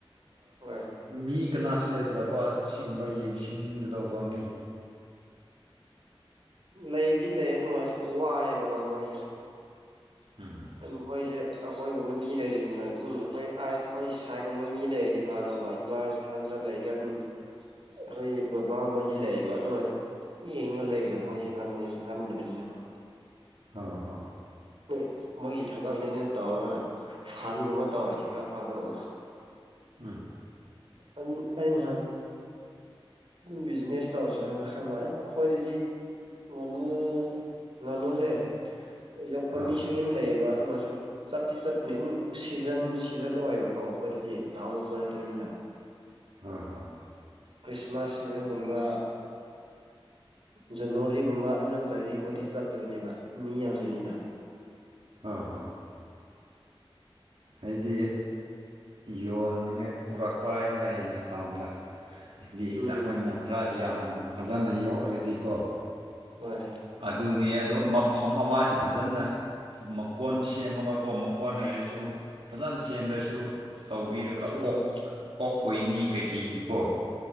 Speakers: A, on the right; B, on the right.
A: ꯍꯣꯏ
B: ꯃꯤ ꯀꯅꯥꯁꯨ ꯂꯩꯇ꯭ꯔꯕ ꯑꯁꯤꯒꯨꯝꯕ ꯌꯦꯡꯁꯤꯟꯒꯗꯧꯕ ꯃꯤ
A: ꯂꯩꯕꯨꯗꯤ ꯂꯩꯌꯦ ꯅꯨꯡꯉꯥꯏꯁꯨ ꯋꯥꯏꯑꯦꯕꯀꯣ ꯃꯣꯏꯁꯦ
B: ꯎꯝ
A: ꯑꯩꯈꯣꯏꯁꯦ ꯑꯩꯈꯣꯏꯒꯨꯝꯕ ꯃꯤ ꯂꯩꯅꯤꯅ ꯎꯝ ꯑꯩꯈꯣꯏ ꯑꯩꯈꯣꯏ ꯁꯥꯏꯒꯨꯝꯕ ꯃꯤ ꯂꯩꯔꯗꯤ ꯐꯥ ꯏꯃꯥ ꯏꯊꯟꯇ ꯂꯩꯒ ꯑꯗꯨꯝ ꯑꯩꯈꯣꯏ ꯕꯕꯥꯒꯨꯝꯕꯗꯤ ꯂꯩꯌꯦꯕ ꯑꯗꯨ ꯌꯦꯒ ꯂꯩꯕꯗꯣ ꯃꯣꯏꯁ ꯉꯝꯗꯕꯅꯤꯅꯀꯣ
B: ꯍ ꯍꯣꯏ
A: ꯣꯏ ꯃꯣꯏꯒꯤ ꯊꯕꯛꯅꯦꯅ ꯇꯧꯔꯒ ꯐꯟꯒꯨꯝꯕ ꯇꯧꯔꯗꯤ ꯈꯔ ꯐꯥꯗꯧꯕ
B: ꯎꯝ
A: ꯑ ꯑꯍ ꯕꯤꯖꯤꯅꯦꯁ ꯇꯧꯁꯦꯅ ꯈ ꯑꯩꯈꯣꯏꯗꯗꯤ ꯉꯥꯅꯨ ꯉꯥꯅꯨꯁꯦ ꯌꯣꯛꯄ
B: ꯍꯣꯏ
A: ꯃꯤꯁꯨ ꯌꯥꯝ ꯂꯩꯌꯦꯕ ꯑꯗꯨ ꯑꯣꯏꯔꯁꯨ ꯆꯞꯇꯤ ꯆꯞꯄꯅꯤ ꯑꯗꯨꯝ ꯁꯤꯖꯟ ꯁꯤꯖꯟ ꯑꯣꯏꯌꯦꯕꯀꯣ ꯑꯩꯈꯣꯏꯗꯗꯤ ꯇꯥꯎꯟꯒꯨꯝꯕ ꯅꯠꯇꯕꯅꯤꯅ
B: ꯍꯣꯏ ꯍꯣꯏ
A: ꯈ꯭ꯔꯤꯁꯃꯥꯁ ꯁꯤꯖꯟꯒꯨꯝꯕ ꯖꯅꯋꯥꯔꯤꯒꯨꯝꯕ ꯑꯗꯨꯅ ꯇꯔꯗꯤ ꯑꯩꯈꯣꯏꯗꯤ ꯆꯞꯇꯕꯅꯦꯕ ꯃꯤ ꯌꯥꯝꯗꯅꯤꯅ
B: ꯑ ꯍ ꯍꯥꯏꯗꯤ ꯌꯣꯟꯅꯤꯡꯉꯥꯏ ꯄꯨꯔꯛꯄ ꯂꯩꯌꯦꯅ ꯗ ꯍꯥꯏꯗꯤ
A: ꯎꯝ
B: ꯑꯩꯈꯣꯏꯅ ꯈꯔ ꯌꯥꯝꯅ ꯐꯖꯅ ꯌꯣꯛꯑꯔꯗꯤꯀꯣ
A: ꯍꯣꯏ
B: ꯑꯗꯨꯅ ꯑꯗꯣ ꯃꯐꯝ ꯑꯃꯁꯤ ꯐꯖꯅ ꯃꯀꯣꯟ ꯁꯦꯝꯃꯒꯀꯣ ꯃꯀꯣꯟ ꯍꯥꯏꯔꯤꯁꯤꯦ ꯁꯨ ꯐꯖꯅ ꯁꯦꯝꯗ꯭ꯔꯁꯨ ꯇꯧꯕꯤꯔꯒ
A: ꯎꯝ
B: ꯑꯣꯛ ꯑꯣꯛ ꯑꯣꯏꯅꯤ ꯀꯩꯀꯩꯒꯤꯀꯣ